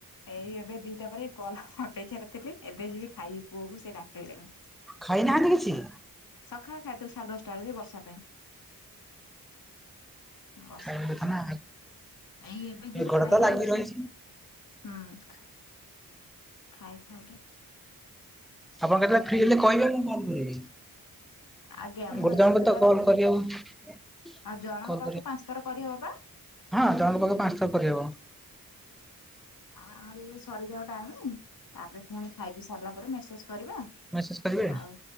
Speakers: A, on the left; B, in the centre.
A: ଏଇ ଏବେ ଦିଟା ପରେ କଲ୍ ହପେକ୍ଷାରେ ଥିଲି ଏବେ ଯିବି ଖାଇ ପୁଅକୁ ସେ ଡାକିଲେଣି।
B: ଖାଇ ନାହାଁନ୍ତି କିଛି?
A: ସଖାଳେ ଖାଇଥିଲୁ ସାଢେ ଦଶଟା ବେଳେ ଯେ ବର୍ଷା ପାଇଁ। ବର୍ଷା
B: ଖାଇବା
A: ପାଇଁ
B: କଥା
A: ସାକା,
B: ନା
A: ଏଇ ଏବେ ଯିବୁ
B: ଏ ଗୋଡ
A: ଖାଇବା
B: ତ ଲାଗି
A: ଏଇ ବର୍ଷା।
B: ରହିଛି
A: ହୁଁ ଖାଇଖୁଆ କି
B: ଆପଣ କେତେବେଳେ ଫ୍ରି ହେଲେ କଇବେ ମୁଁ କଲ୍ କରିବି।
A: ଆଜ୍ଞା ମୁଁ
B: ଗୋଟେ
A: ଏସେଜ
B: ଆଡକୁ ତ
A: କରିବି
B: କଲ୍ କରି ହବନି।
A: ଆଉ ଜଣଙ୍କ
B: ହଁ
A: ପାଖକୁ ପାଞ୍ଚ ଥର କରିହବ ବା
B: ଜଣଙ୍କ ପାଖକୁ ପାଞ୍ଚ ଥର କରିହେବ। <inaudible>
A: ଆ ଆମର ଇଏ ସରିଯାଉ ଟାଇମିଙ୍ଗ ତାପରେ ପୁଣି ଖାଇପିଇ ସାରିଲା ପରେ ମେସେଜ୍ କରିବା।
B: ମେସେଜ କରିବେ।
A: ଆଉ